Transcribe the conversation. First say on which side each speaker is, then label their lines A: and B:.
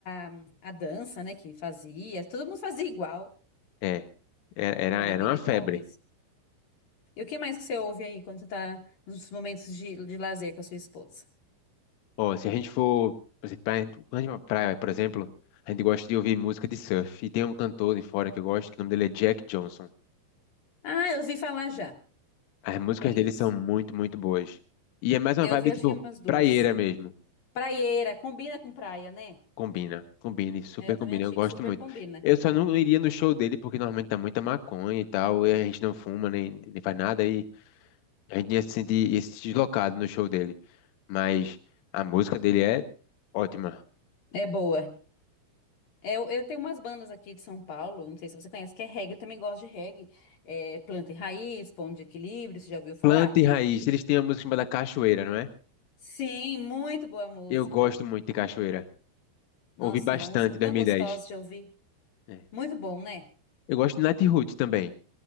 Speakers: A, on the left; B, on the left.
A: a, a dança, né, que fazia, todo mundo fazia igual.
B: É. Era, era
A: Era
B: era
A: bem
B: uma
A: legal
B: febre.
A: mesmo. E o que mais que você ouve aí quando você tá nos momentos de, de lazer com a sua esposa?
B: Ó, se a gente for, por exemplo, pra, quando a gente vai pra praia, por exemplo, a gente gosta de ouvir música de surf. E tem um cantor de fora que eu gosto, que o nome dele é Jack Johnson.
A: Ah, eu ouvi falar já.
B: As músicas
A: Conheço.
B: dele são muito, muito boas. E é mais uma
A: Eu
B: vibe,
A: vi acho
B: tipo,
A: que umas duas.
B: praieira mesmo.
A: Praieira, combina com praia, né?
B: Combina, combina, e super
A: É, Eu
B: combina,
A: também achei
B: eu gosto
A: que super
B: muito.
A: combina.
B: Eu só não iria no show dele porque normalmente tá muita maconha e tal, e a gente não fuma nem, nem faz nada e a gente ia se sentir ia se sentir deslocado no show dele. Mas a música dele é ótima.
A: É boa. É, Eu, eu tenho umas bandas aqui de São Paulo, não sei se você conhece, que é reggae, eu também gosto de reggae. É, Planta e Raiz, Pão de Equilíbrio, você já ouviu falar?
B: Planta e Raiz, eles têm uma música chamada Cachoeira, não é?
A: Sim, muito boa música.
B: Eu gosto muito de Cachoeira.
A: Nossa,
B: Ouvi bastante
A: uma música tão
B: em 2010.
A: gostosa de ouvir.
B: É.
A: Muito bom, né?
B: Eu gosto de Nat Roots também.